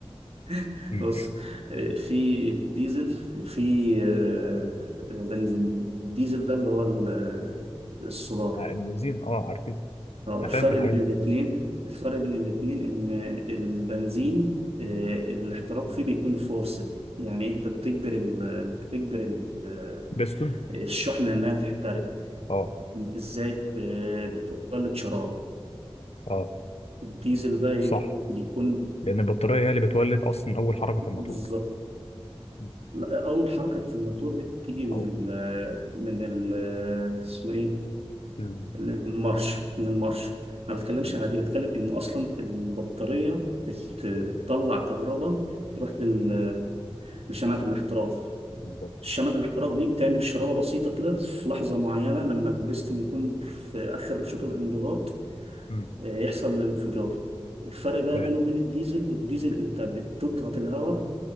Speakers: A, on the right (about 75°); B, on the left (about 80°).
A: <laughs>
B: مم.
A: بص آه، في ديزل في آه، بنزين الديزل ده اللي هو ال- آه، السولار
B: آه، البنزين اه عارفين
A: آه،
B: انا
A: الفرق
B: فاهم في الحاجات
A: بين الاتنين
B: دي
A: الفرق بين الاتنين ان البنزين آه، الاحتراق فيه بيكون فورسد يعني انت بتجبر ال... بتجبر ال... آه،
B: بيستون
A: الشحنة انها تحترق
B: اه اه
A: ازاي آه، بتولد شرارة
B: آه،
A: الديزل بقى ايه
B: صح
A: بيكون
B: لان البطاريه هي اللي بتولد اصلا اول حركه في الموتور
A: بالظبط
B: مم.
A: لا، اول حركه في الموتور دي بتيجي من
B: او
A: ال من ال اسمه ايه
B: ال-
A: المارش من المارش انا ما بتكلمش
B: مم.
A: عادي بتكلم ان اصلا البطاريه بت بتطلع كهرباء تروح لل- لشمعه الاحتراق
B: بالظبط
A: شمعة الاحتراق دي بتعمل شرارة بسيطة كده في لحظة معينة لما البستن يكون في آخر شوط الانضغاط
B: مم.
A: آه، يحصل الانفجار الفرق بقى
B: فاهم
A: بينه وبين الديزل الديزل انت بتضغط الهواء